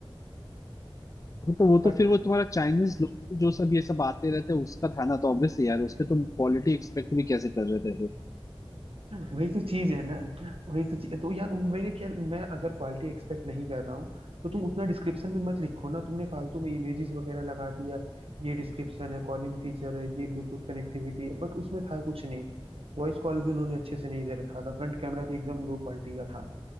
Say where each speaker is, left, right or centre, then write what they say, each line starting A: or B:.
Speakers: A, on the left (about 35°); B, on the right (about 75°).
A: हाँ, तो वो तो
B: बट
A: फिर वो तुम्हारा चाइनीज लोग जो सब ये सब आते रहते हैं उसका था ना तो ऑब्वियसली यार उस पे तुम क्वालिटी एक्सपेक्ट भी कैसे कर रहे थे फिर
B: वही तो चीज है ना वही तो चीज तो यार मेरे ख्याल मैं अगर क्वालिटी एक्सपेक्ट नहीं कर रहा हूँ तो तुम उतना डिस्क्रिप्शन में मत लिखो ना तुमने फालतू में इमेजेस वगैरह लगा दिया ये डिस्क्रिप्शन है कॉलिंग फीचर है ये ब्लूटूथ कनेक्टिविटी है बट उसमें था कुछ नहीं वॉइस कॉल भी उन्होंने अच्छे से नहीं दे रखा था फ्रंट कैमरा भी एकदम लो क्वालिटी का था